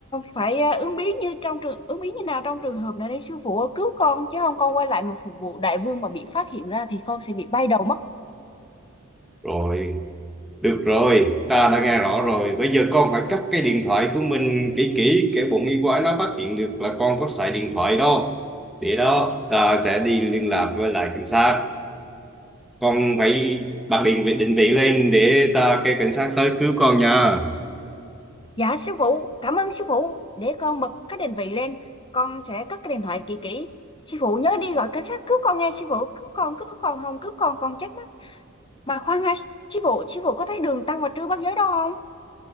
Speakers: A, on the left; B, in the centre.
A: phải à, ứng biến như trong trường ứng biến như nào trong trường hợp này để sư phụ cứu con chứ không con quay lại mà phục vụ đại vương mà bị phát hiện ra thì con sẽ bị bay đầu mất.
B: Rồi Được rồi, ta đã nghe rõ rồi. Bây giờ con phải cắt cái điện thoại của mình kỹ kỹ, kẻo bọn y quái nó phát hiện được là con có xài điện thoại đó. Để đó, ta sẽ đi liên lạc với lại cảnh sát. Con phải bật điện vị định vị lên để ta kêu cảnh sát tới cứu con nha.
A: Dạ sư phụ, cảm ơn sư phụ. Để con bật cái định vị lên, con sẽ cất cái điện thoại kỹ kỹ. Sư phụ nhớ đi gọi cảnh sát cứu con nghe sư phụ, cứu con, cứu con không, cứu con con chết mất. Mà khoan đã, chị phụ, chị phụ có thấy đường tăng và trư bắt giới đâu không?